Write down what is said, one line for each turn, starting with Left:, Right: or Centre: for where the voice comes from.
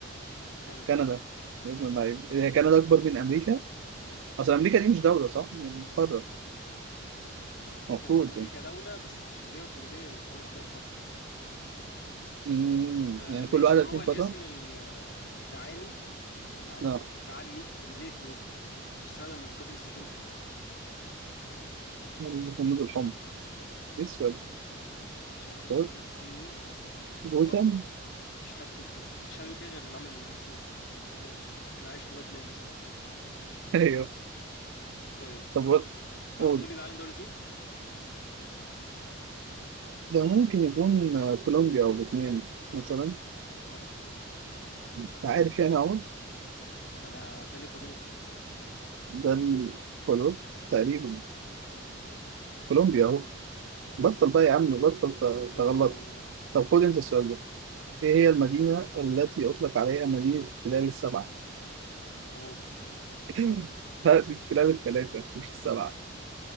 Left: كندا
Right: كندا
Left: صح
Right: يا ابن اللعيب إيه، هي كندا اكبر من امريكا
Left: امم
Right: اصل امريكا دي مش دولة صح يعني قارة
Left: لا امريكا
Right: المفروض
Left: دو... امريكا
Right: يعني
Left: دولة بس الشمالية والجنوبية كل واحد فيها مقرة
Right: أمم،
Left: آه
Right: يعني
Left: ماشي
Right: كل واحدة
Left: ما هو
Right: فيهم
Left: الاسم
Right: قارة
Left: ال- العامي العامي
Right: لا
Left: العامي لمدينة نيويورك المستخدم من قبل السكان المحليين
Right: الخندق الحمر ايه السؤال
Left: كان مش عارف ايه
Right: ده؟
Left: نيو نيو ولا ايه
Right: جوثام
Left: جاثم مفيش حد بيقول كده مفيش حد بيقول كده غير اللي عمل الاسد يعني هو ده اللي- كان عايش في باتمان مثلا او حاجة
Right: <laughs> ايوه
Left: طيب
Right: طب و-
Left: تعرف
Right: قول
Left: تقول لي ده علم دولة ايه؟
Right: ده ممكن يكون آه، كولومبيا أو فيتنام مثلا
Left: غلط
Right: أنت عارف يعني أهو
Left: انا ده ليكودور
Right: ده الحدود تقريبا كولومبيا أهو بطل
Left: شطور
Right: بقى يا عم
Left: شط
Right: بطل
Left: شط
Right: ت-
Left: شطور
Right: تغلط
Left: والله
Right: طب خد أنت السؤال ده إيه هي المدينة التي أطلق عليها مدينة التلال السبعة؟
Left: الطوابق
Right: <laughs> لا دي التلال التلاتة مش السبعة